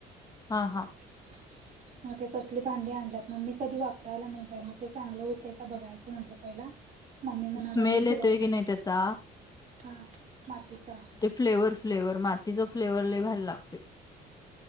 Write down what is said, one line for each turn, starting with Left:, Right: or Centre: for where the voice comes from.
Left: हा हा.
Right: <unintelligible> मग ते तसली भांडी आणल्यात, मग मी कधी वापरायला नाही बाई! म ते चांगलं होतयं का बघायचं म्हटलं पहिला मम्मी म्हणा
Left: स्मेल
Right: लागली,
Left: येतोय
Right: तुला
Left: की नाही त्याचा?
Right: हा मातीचा
Left: ते फ्लेवर फ्लेवर मातीचा फ्लेवर लय‌ भारी लागतोय.